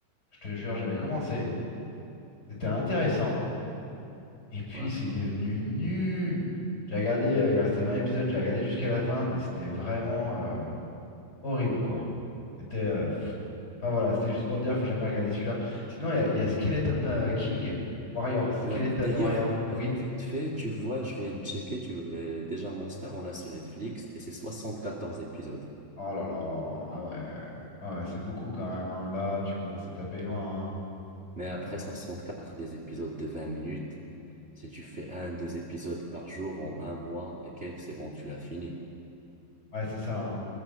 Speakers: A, on the left; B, on the right.
A: Je te jure, j'avais commencé. C'était intéressant. Et puis
B: Ouais.
A: c'est devenu nul. J'ai regardé, euh, il restait 20 épisodes, j'ai regardé jusqu'à la fin, mais c'était vraiment euh, horrible quoi. C'était, euh, pff. enfin voilà, c'était juste pour te dire, faut jamais regarder celui-là. Sinon, il y, a il y a Skeleton euh, King Warrior, Skeleton
B: Ouais, D'ailleurs,
A: Warrior,
B: r-
A: oui.
B: vite fait, tu vois, je viens de checker, tu, euh, déjà Monster, on l'a sur Netflix et c'est 74 épisodes.
A: Oh là là, ah ouais, Ah ouais, c'est beaucoup quand même. hein. Là, tu commences à taper loin. hein.
B: Mais
A: Ça
B: après
A: commence-
B: soixante-quatre des épisodes de 20 minutes, si tu fais un, deux épisodes par jour en un mois et quelques, c'est bon, tu l'as fini.
A: Ouais, c'est ça. hein.